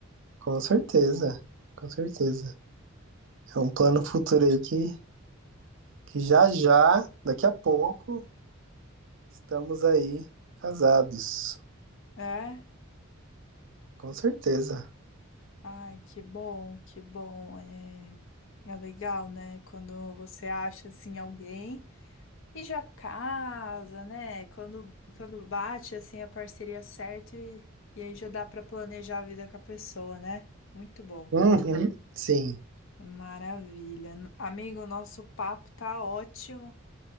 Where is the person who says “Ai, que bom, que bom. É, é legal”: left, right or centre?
Left